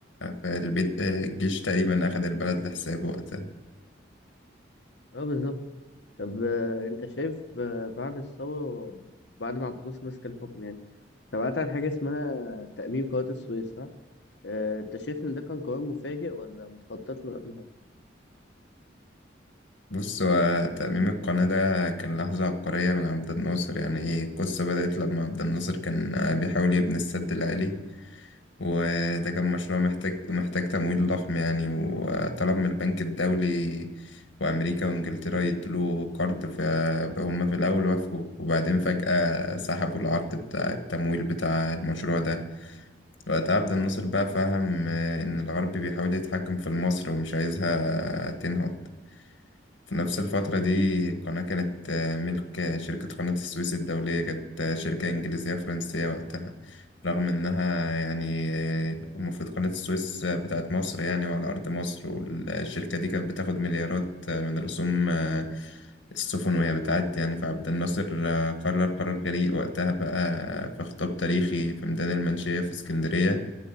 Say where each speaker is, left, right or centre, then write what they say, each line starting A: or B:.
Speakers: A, on the left; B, on the left.
A: في البيت الجيش تقريبا اخد البلد لحسابه وقتها
B: اه بالظبط طب آه، انت شايف آه، بعد الثورة بعد ما عبد الناصر مسك الحكم يعني سمعت عن حاجة اسمها تأميم قناة السويس صح؟ آه، انت شايف ان ده كان قرار مفاجئ ولا متخطط له من قبلها؟
A: بص هو ترميم القناة ده كان لحظة عبقرية من عبد الناصر يعني ايه القصة بدأت لما عبد الناصر كان بيحاول يبني السد العالي وده كان مشروع محتاج محتاج تمويل ضخم يعني وطلب من البنك الدولي وأمريكا وإنجلترا يدلوا قرض فهم في الأول وافقوا وبعدين فجأة سحبوا العرض بتاع التمويل بتاع المشروع ده وقتها عبد الناصر بقى فهم آه، إن الغرب بيحاول يتحكم في مصر ومش عايزها تنهض في نفس الفترة دي القناة كانت آه، ملك آه، شركة قناة السويس الدولية كانت آه، شركة إنجليزية فرنسية وقتها رغم إنها يعني آه، المفروض قناة السويس آه، بتاعت مصر يعني وعلى أرض مصر والشركة دي كانت بتاخد مليارات آه، من رسوم آه، السفن وهي بتعدي يعني فعبد الناصر آه، قرر قرار جريء وقتها بقى في خطاب تاريخي في ميدان المنشية في اسكندرية